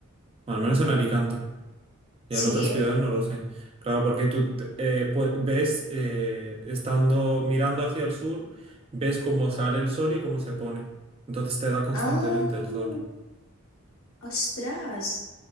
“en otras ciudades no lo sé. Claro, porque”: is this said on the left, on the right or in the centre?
Right